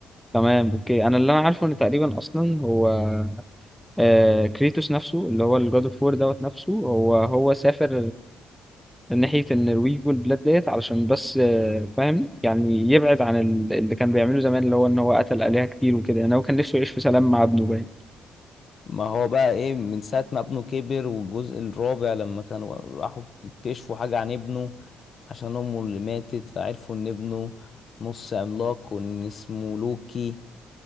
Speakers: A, in the centre; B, on the left.
A: تمام اوكي انا اللي انا عارفه ان تقريبا اصلا هو آه كريتوس نفسه اللي هو الجاد اوف وور دوت نفسه هو هو سافر من ناحية النرويج والبلاد ديت علشان بس آه، فاهم يعني يبعد عن ال- اللي كان بيعمله زمان اللي هو ان هو قتل آلهة كتير وكده يعني هو كان نفسه يعيش في سلام مع ابنه باين
B: ما هو بقى ايه من ساعة ما ابنه كبر والجزء الرابع لما كانوا راحوا يكتشفوا حاجة عن ابنه عشان امه اللي ماتت فعرفوا ان ابنه نص عملاق وان اسمه لوكي